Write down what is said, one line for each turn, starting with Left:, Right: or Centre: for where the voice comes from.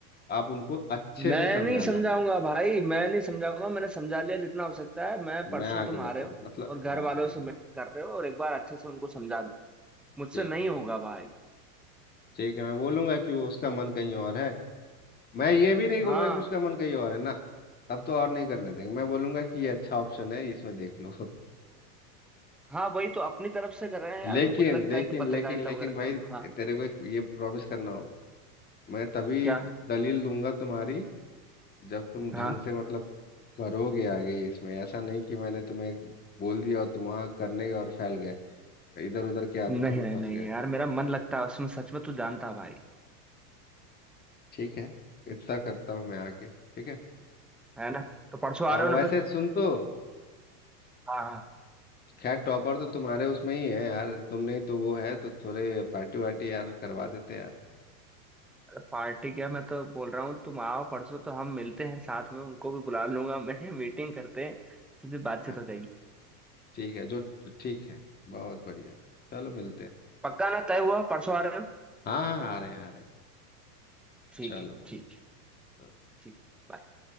Left: आप उनको अच्छे
Centre: मैं
Left: से समझाना
Centre: नहीं समझाऊंगा भाई मैं नहीं समझाऊंगा मैंने समझा लिया जितना हो सकता है मैं परसों
Left: मैं आगे
Centre: तुम
Left: बताऊं
Centre: आ रहे हो
Left: मतलब
Centre: और घर
Left: हाँ
Centre: वालों
Left: ठीक
Centre: से मिल कर रहे हो और एक बार अच्छे से उनको समझा दो मुझसे
Left: ठीक
Centre: नहीं होगा भाई
Left: ठीक है मैं बोलूंगा कि वो उसका मन कहीं और है मैं ये भी नहीं
Centre: हाँ
Left: कहूंगा कि उसका मन कहीं और है ना अब तो और नहीं करने देंगे मैं बोलूंगा कि ये अच्छा ऑप्शन है इसमें देख लो <laughs>
Centre: हाँ वही तो अपनी तरफ से कर रहे हैं
Left: लेकिन
Centre: यार मुझे लगता
Left: लेकिन
Centre: है कि पत्रकारिता
Left: लेकिन लेकिन
Centre: वगैरह
Left: भाई
Centre: कर लो हाँ
Left: तेरे को एक ये प्रॉमिस करना होगा मैं तभी
Centre: क्या
Left: दलील दूंगा तुम्हारी जब तुम ढंग
Centre: हाँ
Left: से मतलब करोगे आगे इसमें ऐसा नहीं कि मैंने तुम्हें बोल दिया और तुम वहां करने गए और फैल गए इधर उधर के आदतों
Centre: नहीं
Left: में
Centre: नहीं
Left: फंस
Centre: नहीं
Left: गए
Centre: यार मेरा मन लगता है उसमें सच में तू जानता है भाई
Left: ठीक है इतना करता हूँ मैं आके ठीक है
Centre: है ना तो परसों
Left: आ,
Centre: आ रहे
Left: वैसे
Centre: हो ना फिर
Left: सुन तो
Centre: हाँ हाँ
Left: खैर टॉपर तो तुम्हारे उसमें ही है यार तुमने ही तो वो है तो थोड़े पार्टी वार्टी यार करवा देते यार
Centre: अरे पार्टी क्या मैं तो बोल रहा हूँ तुम आओ परसों तो हम मिलते हैं साथ में उनको भी बुला लूंगा मैं <laughs> मीटिंग करते हैं सीधी बातचीत
Left: हाँ
Centre: हो जाएगी
Left: ठीक है जो ठीक है बहुत बढ़िया चलो मिलते हैं
Centre: पक्का ना तय हुआ परसों आ रहे हो
Left: हाँ हाँ आ रहे हैं आ रहे हैं
Centre: ठीक
Left: चलो
Centre: है
Left: मिलते
Centre: ठीक है
Left: हैं
Centre: ठीक है bye.